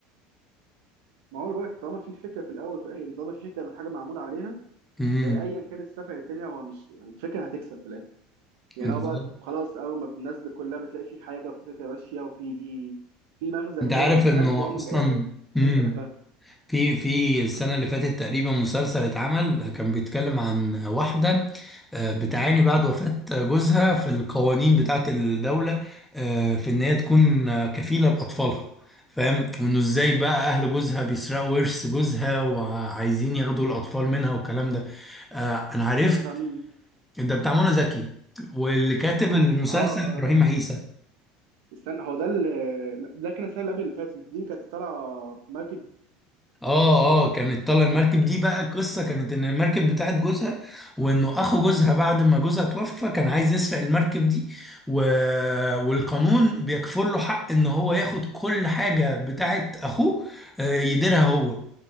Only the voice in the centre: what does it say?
امم
بالظبط
انت
عارف
انه
اصلا
امم
في في السنة اللي فاتت تقريبا مسلسل اتعمل كان بيتكلم عن واحدة آه، بتعاني بعد وفاة جوزها في القوانين بتاعة الدولة آه، في إن هي تكون آه، كفيلة بأطفالها فاهم وإنه إزاي بقى أهل جوزها بيسرقوا ورث جوزها وعايزين ياخدوا الأطفال منها والكلام ده آه، أنا عرفت
ده بتاع منى زكي واللي كاتب المسلسل
إبراهيم عيسى
اه اه كانت طالعه المركب دي بقى قصه كانت ان المركب بتاعت جوزها وانه اخو جوزها بعد ما جوزها توفى كان عايز يسرق المركب دي و... والقانون بيكفل له حق ان هو ياخد كل حاجه بتاعت اخوه آه، يديرها هو